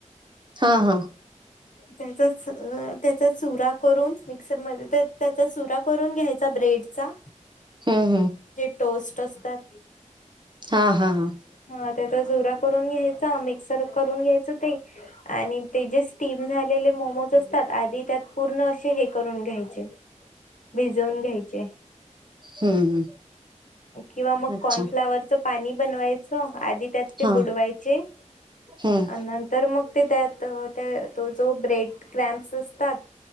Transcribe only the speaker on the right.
हां, हां.
हम्म हम्म.
हा हा हा.
हम्म
हम् अच्छा
हा
हम्म